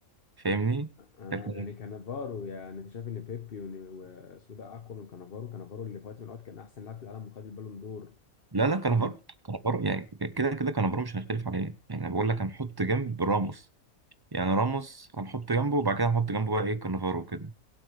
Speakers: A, on the right (about 35°); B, on the left (about 40°).
A: فاهمني
B: آه
A: لكن
B: يعني كانافارو يعني انت شايف ان بيبي ون- واسمه ده اقوى من كانافارو كانافارو اللي في وقت من الاوقات كان احسن لاعب في العالم وخد البالون دور
A: لا لا
B: وكان
A: كانافارو
B: أ-
A: كانافارو يعني كده كده كانافارو مش هنختلف عليه يعني أنا بقول لك هنحط جنب راموس يعني راموس هنحط جنبه وبعد كده هنحط جنبه بقى ايه كانافارو وكده